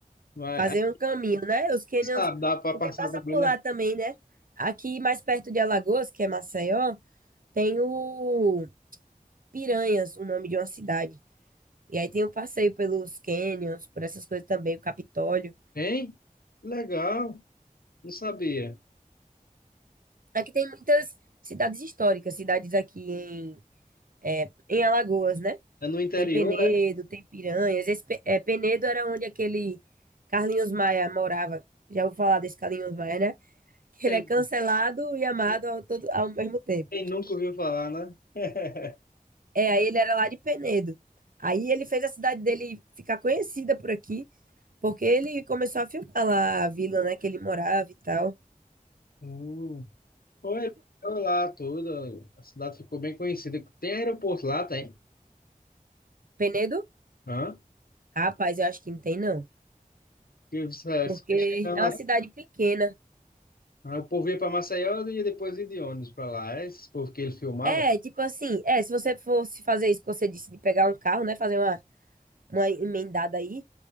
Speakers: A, on the left; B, on the right.
A: Mas,
B: fazer
A: ah,
B: um caminho, né? Os canyons,
A: sabe, dá pra
B: porque
A: passar
B: passa
A: também,
B: por
A: né?
B: lá também, né? Aqui mais perto de Alagoas, que é Maceió, tem o Piranhas, o nome de uma cidade. E aí tem um passeio pelos canyons, por essas coisas também, o Capitólio.
A: Hein? Legal, não sabia.
B: Aqui tem muitas cidades históricas, cidades aqui em, é, em Alagoas, né?
A: É no interior,
B: Tem Penedo,
A: é?
B: tem Piranhas. Esse, Pe- é, Penedo era onde aquele Carlinhos Maia morava. Já ouviu falar desse Carlinhos Maia, né? Que
A: Quem,
B: ele é cancelado e amado
A: quem-
B: ao, todo, ao mesmo tempo.
A: quem nunca ouviu falar, né? <laughs>
B: É, aí ele era lá de Penedo. Aí ele fez a cidade dele ficar conhecida por aqui, porque ele começou a filmar lá a vila, né, que ele morava e tal.
A: Hum. Foi, foi lá tudo, a cidade ficou bem conhecida. Tem aeroporto lá, tem.
B: Penedo?
A: Hã?
B: Rapaz, eu acho que não tem, não.
A: Que você-
B: Porque
A: você chegando
B: é
A: lá,
B: uma cidade pequena.
A: ah, o povo ia para Maceió e depois ia de ônibus pra lá. É Esse povo que ele filmava,
B: É, tipo assim, é, se você fosse fazer isso que você disse, de pegar um carro, né, fazer uma, uma emendada aí,